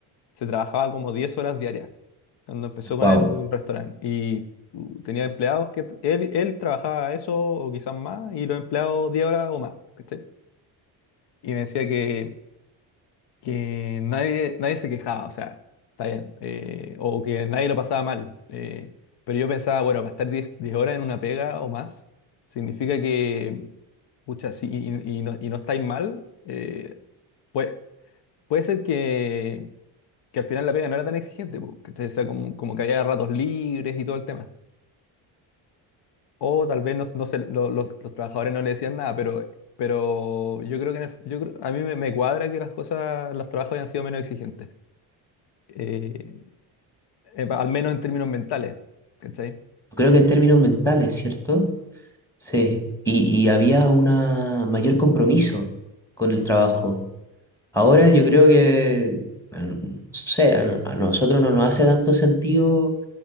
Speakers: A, on the left; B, in the centre.
A: se trabajaba como 10 horas diarias, cuando empezó con
B: Wow.
A: el restaurante. Y uh, tenía empleados que t- él, él trabajaba eso o quizás más, y los empleados 10 horas o más. ¿cachai? Y me decía que que nadie, nadie se quejaba, o sea, está bien, eh, o que nadie lo pasaba mal. eh, pero yo pensaba, bueno, para estar 10 10 horas en una pega o más, significa que, pucha, si y, y- y no, y no estáis mal, eh, puede, puede ser que, que al final la pega no era tan exigente, po, ¿cachai? O sea, como, como que había ratos libres y todo el tema. O tal vez no, no se- lo- los, los trabajadores no le decían nada, pero, pero yo creo que en el- yo creo- a mí me, me cuadra que las cosas, los trabajos hayan sido menos exigentes. Eh, eh, pa- al menos en términos mentales, ¿cachai?
B: Creo que en términos mentales, ¿cierto? Sí. Y, y había un mayor compromiso con el trabajo. Ahora yo creo que, bueno, no sé, a no- a nosotros no nos hace tanto sentido